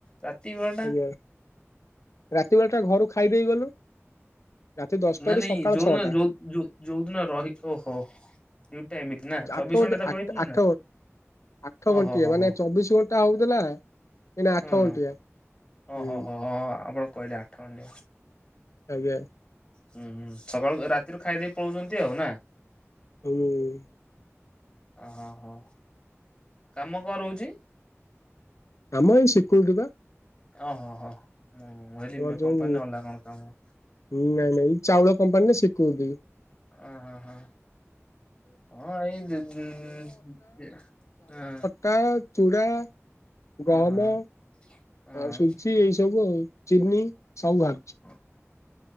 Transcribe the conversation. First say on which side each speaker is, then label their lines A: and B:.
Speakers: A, on the left (about 30°); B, on the left (about 80°).
A: ରାତି ବର୍ଷ
B: ଆଜ୍ଞା ରାତି ବେଳ ଟା ଘରୁ ଖାଇଦେଇ ଗଲୁ। ରାତି ଦଶଟାରୁ
A: ନାଇଁ ନାଇଁ
B: ସକାଳ
A: ଯୋଉଦିନ
B: ଛଅଟା
A: ଯୋଉ ଯଉ ଯୋଉଦିନ ରହି ଓହୋ ଡ୍ୟୁଟି ଟା ଏମିତି ନା ଚବିଶ
B: ଆଠ ଘଣ୍ଟି
A: ଘଣ୍ଟା ତ
B: ଆଠ
A: କହିଥିଲେ
B: ଆଠ
A: ନା?
B: ଆଠ
A: ଓହୋ
B: ଘଣ୍ଟିଆ
A: ହୋ
B: ମାନେ
A: ହୋ
B: ଚବିଶ ଘଣ୍ଟା ହଉଥିଲା ଏଇନା
A: ହୁଁ।
B: ଆଠ ଘଣ୍ଟିଆ।
A: ଓହୋ
B: ହୁଁ
A: ହୋ ହଁ ଆପଣ କହିଲେ ଆଠ ଖଣ୍ଡିଆ।
B: ଆଜ୍ଞା
A: ହୁଁ ହୁଁ ସକାଳୁ ରାତିରୁ ଖାଇଦେଇ ପଳୋଉଛନ୍ତି ଆଉ ନା।
B: ହୁଁ
A: ଅ ହ ହୋ କାମ କଣ ରହୁଛି?
B: କାମ ଏଇ ସିକ୍ୟୁରିଟି ବା।
A: ଓହୋ ହୋ ମୁଁହିଲି
B: ଆମର ଯୋଉ
A: କମ୍ପାନୀରେ ଅଲା କଣ କାମ।
B: ନାଇଁ ନାଇଁ ଚାଉଳ କମ୍ପାନୀରେ ସିକ୍ୟୁରିଟି।
A: ଓଁ ହ ହ ଅଁଏଇ ଦି ଦି ଦି ହଁ
B: କା ଚୁଡ଼ା ଗହମ
A: ହଁ ହଁ।
B: ଆଉ ସୁଜି ଏଇ ସବୁ ଆଉ। ଚିନି ସବୁ ବାହାରୁଚି।
A: ଓହୋ।